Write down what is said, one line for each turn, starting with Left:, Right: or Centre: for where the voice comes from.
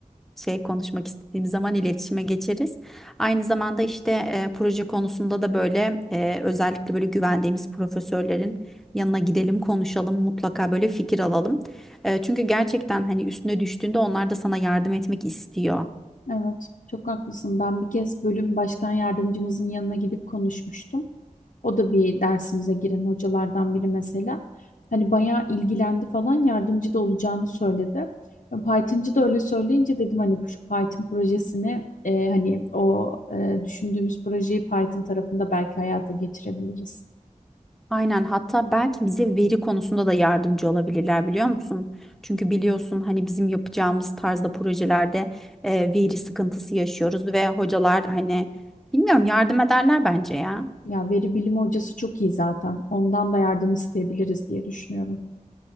Centre: şey konuşmak istediğimiz zaman iletişime geçeriz. Aynı zamanda işte e, proje konusunda da böyle e, özellikle böyle güvendiğimiz profesörlerin yanına gidelim, konuşalım, mutlaka böyle fikir alalım. E, çünkü gerçekten hani üstüne düştüğünde onlar da sana yardım etmek istiyor.
Left: Evet, çok haklısın. Ben bir kez bölüm başkan yardımcımızın yanına gidip konuşmuştum. O da bir dersimize giren hocalardan biri mesela. Hani bayağı ilgilendi falan yardımcı da olacağını söyledi. E, Python'cı da öyle söyleyince dedim hani şu Python projesini e, hani o e, düşündüğümüz projeyi Python tarafında belki hayata geçirebiliriz.
Centre: Aynen hatta belki bize veri konusunda da yardımcı olabilirler biliyor musun? Çünkü biliyorsun hani bizim yapacağımız tarzda projelerde e, veri sıkıntısı yaşıyoruz ve hocalar hani bilmiyorum yardım ederler bence ya.
Left: Ya veri bilimi hocası çok iyi zaten. Ondan da yardım isteyebiliriz diye düşünüyorum.